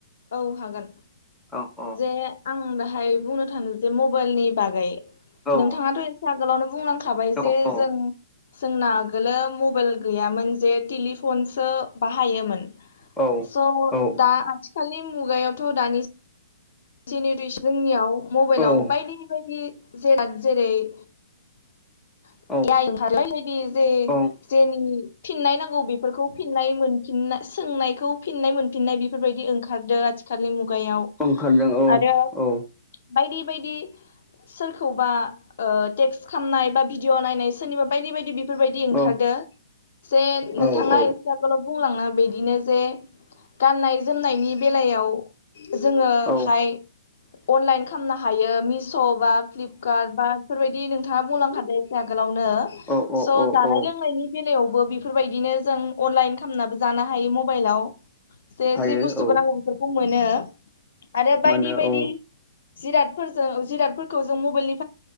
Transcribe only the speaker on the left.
औ हागोन।
जे आं दा हाय बुंनो थाङोजे मबाइनि बागै।
नोंथाङाथ एसे आगोलावनो बुंलांखाबाय
जे
जों जोंना आगोलो मबाइल गैयामोन जे टेलिफनसो बाहायोमोन।
स'
दा दानि मुगायावथ' दानि जेनेरेसननियाव मबाइलाव
बायदि बायदि जेराद जेरै-
<unintelligible> बे बायदि जे
जेनि फिननाय नांगौ बेफोरखौ फिननाय मोन सोंनायखौ फिननाय मोनफिननाय बेफोरबायदि ओंखारदों आथिखालनि मुग गायाव
आरो
बायदि बायदि सोरखौबा ओ टेक्स खामनाय बा भिडिअ' नायनाय सोरनिबा बायदि बायदि बेफोरबायदि ओंखारदो,
जे नोंथाङा
एसे आगोलाव बुंलाङो, बिदिनो जे गाननाय जोमनायनि बेलायाव जोङोहाय
अनलाइन खामनो हायो। मि बा फ्लिपकार्ट बा बेफोरबायदि नोंथाङा बुंलांखादो एसे आगोलाव
स'
जानाय
लोंनायनि बे बेलायावबो बेफोरबायदिनो जों अनलाइन खालामनाबो जानो हायो मबाइलाव। जे
जि बुस्थुखौ
नांगौ बेफोरखौ मोनो आरो बायदि
बायदि
जिरादफोरजों जिरादफोरखौ जों मबाइलनि